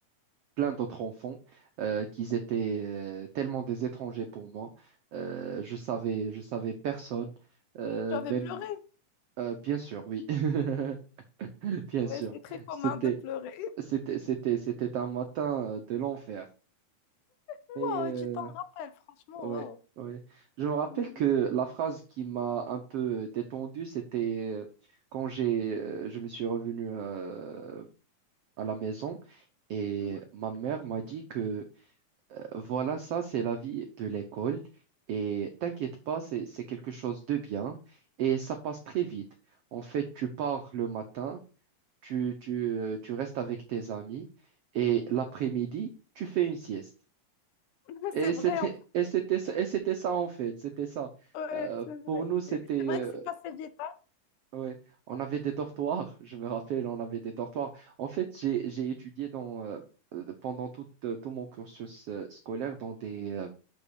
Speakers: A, on the right; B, on the left.
A: plein d'autres enfants euh, qui étaient euh, tellement des étrangers pour moi. Euh, je savais, je savais personne. Euh,
B: tu avais
A: même,
B: pleuré.
A: euh, bien sûr, oui. <laughs> Bien sûr,
B: Ouais, c'est très commun
A: c'était
B: de pleurer.
A: c'était c'était c'était un matin euh, de l'enfer.
B: Wow,
A: Mais euh,
B: tu t'en rappelles, franchement,
A: ouais,
B: wow.
A: ouais. Je me rappelle
B: Mhm.
A: que la phrase qui m'a un peu euh, détendu, c'était euh, quand j'ai euh, je me suis revenu euh, à la maison et
B: Mhm.
A: ma mère m'a dit que euh, voilà, ça c'est la vie de l'école et t'inquiète pas, c'est c'est quelque chose de bien et ça passe très vite. En fait, tu pars le matin. tu, tu, euh, tu restes avec tes amis et l'après-midi, tu fais une sieste.
B: <laughs>
A: Et
B: C'est
A: c'était,
B: vrai, en fait.
A: <laughs> et c'était, ça- et c'était ça en fait, c'était ça.
B: Ouais,
A: Euh,
B: c'est vrai.
A: pour nous, c'était,
B: C'est vrai
A: euh,
B: que c'est passé vite, hein.
A: ouais, on avait des dortoirs, <laughs> je me rappelle, on avait des dortoirs. En fait, j'ai, j'ai étudié dans, euh, euh, pendant tout, euh, tout mon cursus euh, scolaire dans des, euh,